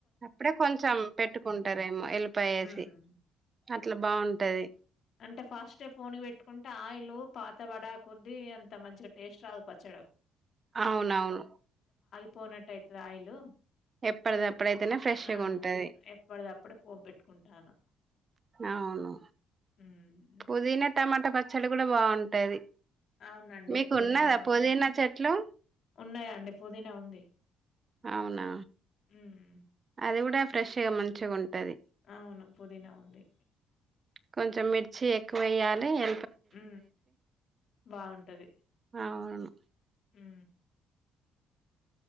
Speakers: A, on the right; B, on the left.
A: అప్పుడే కొంచెం పెట్టుకుంటారేమో ఎల్లిపాయేసి
B: హ్మ్.
A: అట్లా బాగుంటది
B: అంటే ఫస్ట్ే ఫోనీ పెట్టుకుంటే ఆయిలు పాత వడా కొద్దీ అంత మంచిగా టేస్ట్ రాదు పచ్చడ
A: అవునవును
B: పోనటైతది ఆయిలు
A: ఎప్పటిదప్పుడైతేనే ఫ్రెష్గా
B: ఆ!
A: ఉంటది
B: ఎప్పటిదప్పుడు పోబెట్టుకుంటాను.
A: అవును
B: హ్మ్.
A: పుదిిన టమా మాట పచ్చడ కూడా బాగుంటది
B: అవునండి
A: మీకు
B: పుదీనా
A: ఉన్నదా
B: టమాట
A: పుదీనా చెట్లు
B: ఉన్నాయండి పుదీిన ఉంది
A: అవునా
B: హ్మ్.
A: అదిగుడ ఫ్రెష్ గా మంచిగుంటది
B: అవును పుదీనా ఉంది
A: కొంచెం మిర్చి ఎక్కువ వేయ్యాలి ఎ
B: హు బాగుంటది
A: అవును
B: హు